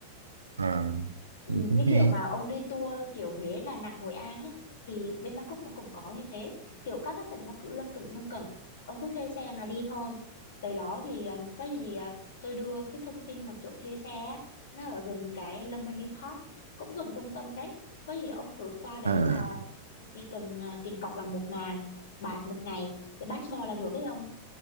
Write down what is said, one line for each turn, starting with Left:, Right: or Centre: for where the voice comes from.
Right: à,
Left: Ừ,
Right: vậy
Left: như
Right: cũng
Left: kiểu
Right: hay.
Left: mà ông đi tour kiểu Huế, Đà Nẵng, Hội An ấy, thì bên Bangkok nó cũng có như thế kiểu các cái tỉnh nó cứ lân cận lân cận ông cứ thuê xe mà đi thôi tới đó thì um, có gì à, tôi đưa cái thông tin là chỗ thuê xe á, nó ở gần cái Lumbini Park cũng gần trung tâm đấy có gì ông cứ qua đấy
Right: À,
Left: là chỉ cần à, tiền cọc là một ngàn bạt một ngày cái passport là được ấy ông